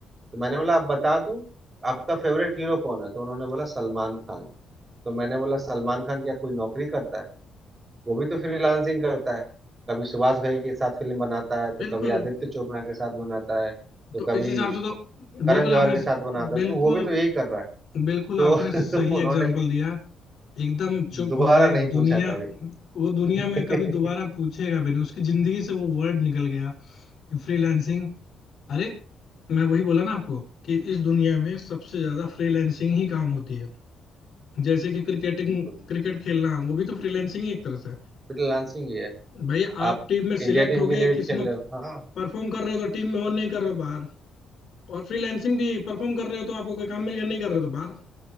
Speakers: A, on the right; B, on the left.
A: तो मैंने बोला आप बता दो आपका फेवरेट हीरो कौन है तो उन्होंने बोला सलमान खान तो मैंने बोला सलमान खान क्या कोई नौकरी करता है वो भी तो फ्रीलांसिंग करता है कभी सुभाष घई के साथ फिल्म बनाता है तो
B: बिल्कुल
A: कभी आदित्य चोपड़ा के साथ बनाता है तो
B: तो
A: कभी
B: इस हिसाब से तो
A: करण
B: बिल्कुल
A: जौहर
B: आपने
A: के साथ बनाता
B: बिल्कुल
A: है तो वो भी तो यही कर रहा है
B: बिल्कुल
A: तो
B: आपने सही
A: <laughs> उन्होंने
B: एग्जाम्पल दिया एकदम चुप
A: दोबारा
B: हो गए
A: नहीं
B: दुनिया
A: पूछा कभी
B: वो दुनिया
A: <laughs>
B: में कभी दोबारा पूछेगा भी नहीं उसकी जिंदगी से वो वर्ड निकल गया कि फ्रीलांसिंग अरे मैं वही बोला ना आपको कि इस दुनिया में सबसे ज्यादा फ्रीलांसिंग ही काम होती है जैसे कि क्रिकेटिंग
A: बिल्कुल
B: क्रिकेट खेलना वो भी तो फ्रीलांसिंग ही एक तरह से है।
A: फ्रीलांसिंग ही है
B: भाई आप
A: आप
B: टीम में
A: इंडिया
B: सिलेक्ट
A: टीम
B: हो
A: के
B: गए
A: लिए भी
B: किस्मत
A: खेल रहे हो हाँ
B: परफॉर्म कर रहे हो तो टीम में हो नहीं कर रहे हो बाहर और फ्रीलांसिंग भी परफॉर्म कर रहे हो तो आपको कोई काम मिल गया नहीं कर रहे हो तो बाहर